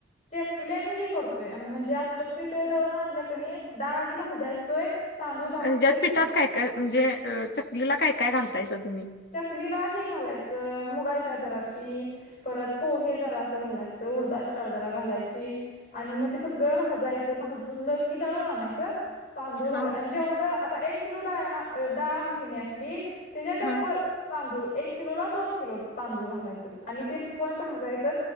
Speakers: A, on the left (about 35°); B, on the left (about 55°).
A: चेकल्या मी हे करतोय म्हणजे आपलं पीठ दळून आणलं क नी डाळ आधी भाजायतोय तांदूळ भाजतोय
B: अ ज्यात पिठात
A: ते
B: काय काय म्हणजे अ चकलीला काय काय घालतायसा तुम्ही
A: चकलीला हे घालायचं मुगाची डाळ जराशी परत पोहे जरासं घालायचं उडदा ची डाळ जरा घालायची आणि म ते सगळं भाजायचं भाजूलं की दळून आणायचं तांदूळ घाला
B: हा
A: आणि जेवढं आता एक किलो डाळ ना डाळ आहे की नाही आपली त्याच्या
B: हा
A: डब्बल तांदूळ एक किलो ला दोन किलो तांदूळ घालायचं आणि ते पण भाजायचं